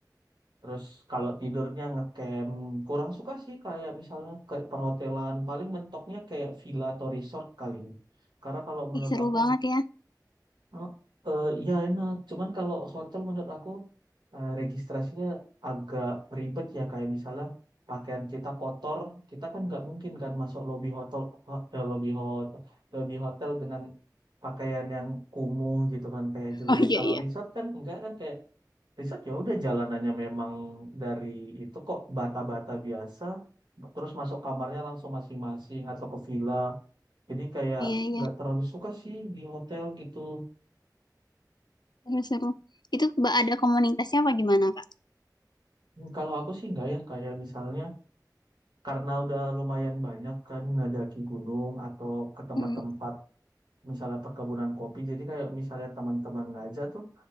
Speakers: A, on the right (about 85°); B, on the left (about 75°).
A: Terus kalau tidurnya ngecamp, kurang suka sih kayak misalnya ke perhotelan, paling mentoknya kayak villa atau resort kali ya. Karena kalau menurut
B: ih, seru
A: aku
B: banget ya.
A: Oh, eh, iya enak. Cuman kalau hotel menurut aku eh, registrasinya agak ribet ya. Kayak misalnya pakaian kita kotor, kita kan nggak mungkin kan masuk lobby hotel, ho- eh, lobby hotel, lobby hotel dengan pakaian yang kumuh gitu kan, kayak jelek.
B: Oh iya
A: Kalau
B: iya.
A: resort kan enggak kan kayak resort ya udah jalanannya memang dari itu kok bata-bata biasa. Terus masuk kamarnya langsung masing-masing atau ke villa. Jadi kayak
B: Iya iya.
A: nggak terlalu suka sih di hotel gitu.
B: Seru seru. Itu ba- ada komunitasnya apa gimana Kak?
A: Hmm, Kalau aku sih enggak ya, kayak misalnya karena udah lumayan banyak kan ngadaki gunung atau ke tempat-tempat
B: Mm,
A: misalnya perkebunan kopi. Jadi kayak misalnya teman-teman ngajak tuh